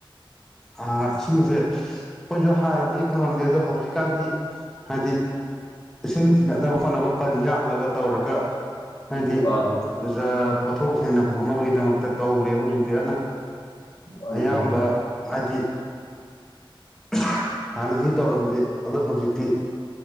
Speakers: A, in the centre; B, on the left (about 60°).
A: ꯑꯥ ꯏꯁꯤꯡꯁꯦ ꯑꯩꯈꯣꯏꯁꯨ ꯍꯥꯟꯅꯗꯤ ꯐꯪꯉꯝꯗꯦ ꯑꯗꯣ ꯍꯧꯖꯤꯛꯀꯥꯟꯗꯤ ꯍꯥꯏꯗꯤ ꯏꯁꯤꯡ ꯊꯤꯡꯒꯠꯅꯕ ꯈꯣꯠꯅꯕ ꯄꯟ ꯌꯥꯝꯅꯕ ꯇꯧꯔꯒ ꯍꯥꯏꯗꯤ
B: ꯑꯥ
A: ꯄꯨꯖꯥ ꯄꯣꯠꯊꯣꯛ ꯍꯦꯟꯅ ꯄꯨꯊꯣꯛꯅꯕꯒꯤꯗꯃꯛꯇ ꯇꯧꯔꯦꯕ ꯍꯧꯖꯤꯛꯇꯤ ꯑꯗꯨꯅ
B: ꯃꯥꯅꯤ
A: ꯑꯌꯥꯝꯕ
B: ꯃꯥꯅꯤ
A: ꯍꯥꯏꯗꯤ ꯈ ꯍꯥꯟꯅꯗꯤ ꯇꯧꯔꯝꯗꯦ ꯑꯗꯣ ꯍꯧꯖꯤꯛꯇꯤ